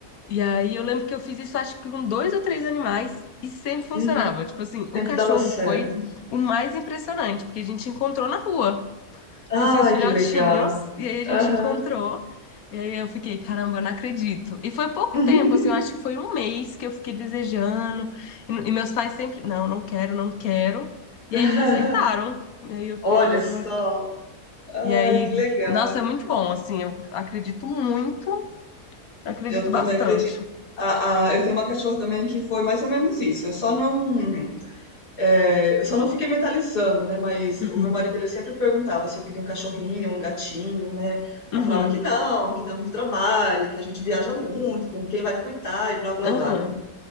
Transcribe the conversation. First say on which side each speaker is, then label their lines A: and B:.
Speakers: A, on the left; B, on the left.
A: E aí eu lembro que eu fiz isso, acho que com dois ou três animais. E sempre funcionava.
B: Uhum.
A: Tipo assim, o
B: Sempre
A: cachorro
B: dava certo.
A: foi o mais impressionante, porque a gente encontrou na rua tipo
B: Ai,
A: assim, os filhotinhos,
B: que legal.
A: e aí a gente
B: Aham.
A: encontrou. E aí eu fiquei, caramba, não acredito. E foi pouco
B: Uhum.
A: tempo, assim, eu acho que foi um mês que eu fiquei desejando. E, e meus pais sempre, não, não quero, não quero. E
B: <laughs>
A: aí eles aceitaram. E aí eu fiquei,
B: Olha
A: nossa,
B: só.
A: nossa.
B: Ai,
A: E aí,
B: que legal.
A: nossa, é muito bom, assim, eu acredito muito, acredito
B: Eu também
A: bastante.
B: acredito. Ah, a, eu tenho uma cachorra também que foi mais ou menos isso. Eu só não. É, eu só não fiquei mentalizando, né? Mas
A: Uhum,
B: o meu marido ele sempre perguntava se eu queria um cachorrinho, um gatinho, né? Ela
A: uhum,
B: falava que não, que dá muito trabalho, que a gente viaja muito, com quem vai cuidar e blá blá
A: aham,
B: blá, né?